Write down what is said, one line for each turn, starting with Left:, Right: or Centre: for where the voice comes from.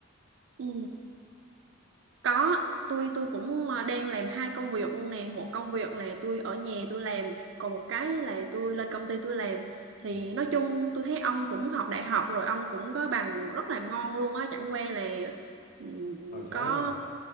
Right: Ừ. Có, tôi tôi cũng à, đang làm hai công việc luôn nè. Một công việc là tôi ở nhà tôi làm, còn một cái là tôi lên công ty tôi làm.
Left: ừ.
Right: Thì nói chung tôi thấy ông cũng học đại học rồi, ông cũng có bằng rất là ngon luôn á, chẳng qua là ừm,
Left: thời thế
Right: có
Left: rồi